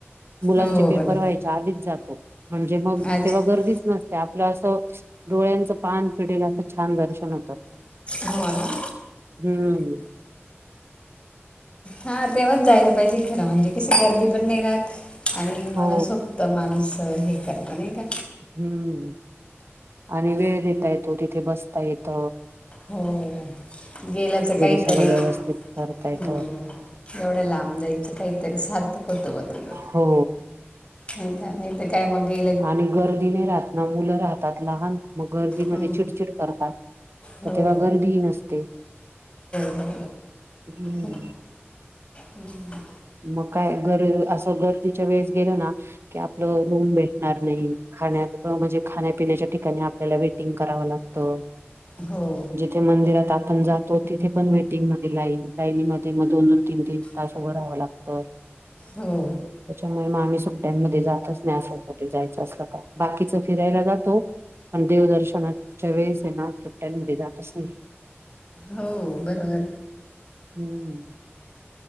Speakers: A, on the right; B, on the left.
A: मुलांचे
B: हो
A: पेपर
B: बरोबर
A: व्हायच्या आधीच जातो. म्हणजे मग
B: अच्छा
A: तेव्हा गर्दीचं नसते आपलं असं डोळ्यांचं पान पिढेलं असं छान दर्शन होतं.
B: हो ना
A: हम्म
B: हा तेव्हाच जायला पाहिजे खरं म्हणजे कशी गर्दी पण नाही राहत आणि
A: हो
B: मला सोपत माणूस हे करत नाही का
A: हम्म आणि वेळ देता येतो तिथे बसता येत.
B: हो गेल्याच काहीतरी
A: सगळं व्यवस्थित करता येतं
B: हम्म एवढ्या लांब जायच काहीतरी सार्थक होतो बा त्याज
A: हो
B: नाही काय नाय त काय मग गे
A: आणि गर्दी नाही राहत ना मुलं राहतात लहान. म गर्दीमध्ये
B: हम्म,
A: चिडचिड करतात
B: हो
A: त तेव्हा गर्दी ही नसते.
B: बर
A: हम्म.
B: हं हम्म
A: मग काय गर असं गर्दीच्या वेळेस गेलं ना की आपलं रूम भेटणार नाही खाण्यात म्हणजे खाण्यापिण्याच्या ठिकाणी आपल्याला वेटिंग करावं लागतं.
B: हो.
A: ते मंदिरात आपण जातो तिथे पण वेटिंग मध्ये लाईन लाईनीमध्ये मग दोन, दोन, तीन, तीन तास उभ राहावं लागतं.
B: हो.
A: त्याच्यामुळे मग आम्ही सुट्यांमध्ये जातच नाही असं कुठे जायचं असलका बाकीच फिरायला जातो. पण देवदर्शनाच्या वेळेस आहेना. त्यामुळे जातच नाही
B: हो बरोबर
A: हम्म.